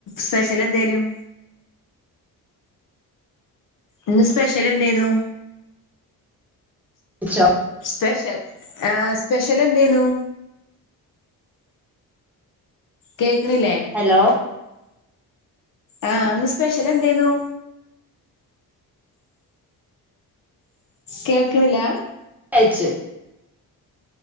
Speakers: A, on the left; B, in the centre.
A: സ്പെഷ്യൽ എന്തേലും ഇന്ന് സ്പെഷ്യൽ എന്തേനൂ
B: കഴിച്ചോ
A: പെഷ്യൽ ആഹ് സ്പെഷ്യൽ എന്തേന്നു? കേക്കണില്ലേ?
B: ഹലോ
A: ആഹ് ന്ന് സ്പെഷ്യൽ എന്തേയ്ന്നു? കേക്കണില്ലാ
B: കയിച്ചു